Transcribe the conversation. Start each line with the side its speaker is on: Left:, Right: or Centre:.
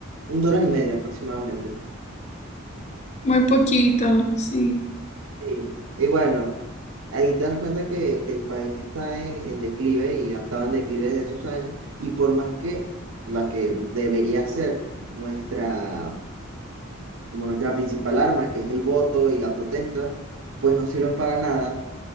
Right: un dólar y medio aproximadamente.
Left: Muy poquito, sí,
Right: Sí. Y bueno, ahí te das cuenta que, que el país está en, en declive y ha estado en declive desde esos años, y por más que la que debería ser nuestra, como nuestra principal arma, que es el voto y la protesta, pues no sirven para nada